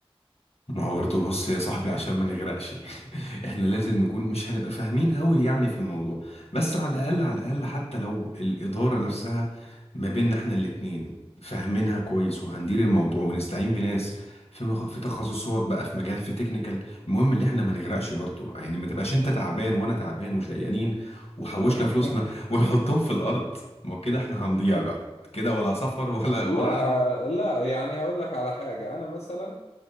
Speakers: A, on the left (about 70°); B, on the left (about 85°).
A: ما هو برضه بص يا صاحبي عشان ما نغرقش <laughs> احنا لازم نكون مش هنبقى فاهمين قوي يعني في الموضوع بس على الاقل على الاقل حتى لو الاداره نفسها ما بيننا احنا الاتنين فاهمينها كويس وهندير الموضوع ونستعين بناس في مخ... في تخصصات بقى في مجال في تكنيكال المهم اللي احنا ما نغرقش برضه يعني ما تبقاش انت تعبان وانا تعبان وشقيانين وحوشنا
B: <laughs>
A: فلوسنا <laughs> ونحطهم في الارض ما هو كده احنا هنضيع بقى كده ولا سفر ولا
B: لا
A: ولا هنعرف
B: لا يعني هقول لك على حاجه انا مثلا